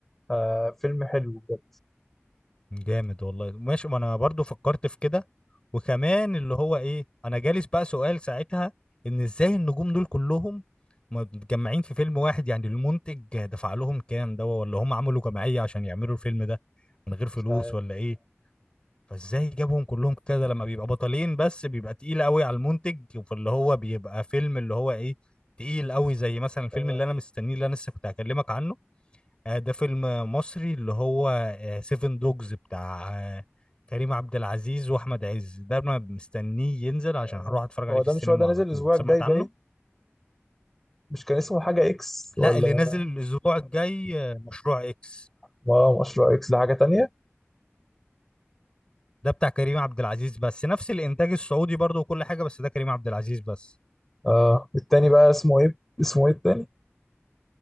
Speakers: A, in the centre; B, on the left.
A: آه فيلم حلو بجد
B: جامد والله ماشي ما انا برضو فكرت في كده وكمان اللي هو ايه انا جالس بقى سؤال ساعتها ان ازاي النجوم دول كلهم متجمعين في فيلم واحد يعني المنتج دفع لهم كام ده ولا هم عملوا جمعية عشان يعملوا الفيلم ده من غير فلوس
A: مش عارف
B: ولا ايه فازاي جابهم كلهم كده لما بيبقى بطلين بس بيبقى تقيل قوي على المنتج فاللي هو بيبقى فيلم اللي هو ايه تقيل قوي زي مثلا الفيلم
A: آه
B: اللي انا مستنيه اللي انا لسه كنت هكلمك عنه آه، ده فيلم مصري اللي هو سيفن دوجز بتاع آه، كريم عبد العزيز واحمد عز ده انا مستنيه ينزل عشان
A: آه
B: هروح اتفرج عليه
A: هو
B: في
A: ده
B: السينما
A: مش هو ده نازل
B: على طول
A: الاسبوع
B: سمعت
A: الجاي باين
B: عنه
A: مش كان اسمه حاجة اكس
B: لا
A: ولا
B: اللي نازل الاسبوع الجاي آه، مشروع اكس
A: ما مشروع اكس ده حاجة تانية
B: ده بتاع كريم عبد العزيز بس نفس الانتاج السعودي برضه وكل حاجه بس ده كريم عبد العزيز بس
A: آه التاني بقى اسمه ايه اسمه ايه التاني